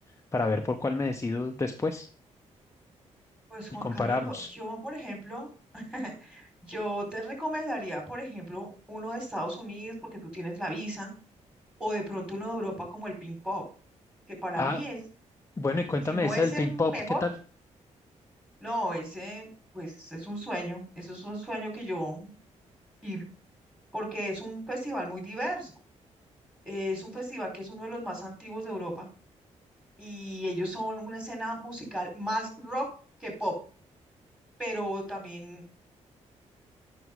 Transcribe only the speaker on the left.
para ver por cuál me decido después
y
comparamos.
Ah,
bueno, y cuéntame
esa
del
Pink
Pop, ¿qué tal?